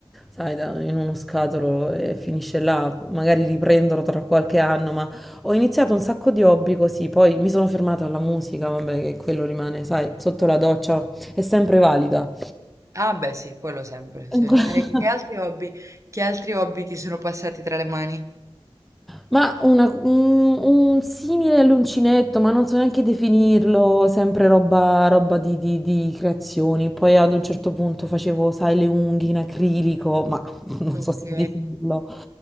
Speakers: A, in the centre; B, on the right (about 35°).
A: sai, da- in uno scatolo e finisce là, magari riprenderò tra qualche anno, ma ho iniziato un sacco di hobby così, poi mi sono fermata alla musica, vabbè, che quello rimane, sai, sotto la doccia, è sempre valida.
B: Ah beh sì, quello sempre.
A: <laughs>
B: sì. E che altri hobby, che altri hobby ti sono passati tra le mani?
A: Ma una- un, un simile l'uncinetto, ma non so neanche definirlo, sempre roba, roba di, di- di creazioni. Poi ad un certo punto facevo, sai, le unghie in acrilico, ma <laughs> non
B: Ok.
A: so se definirlo.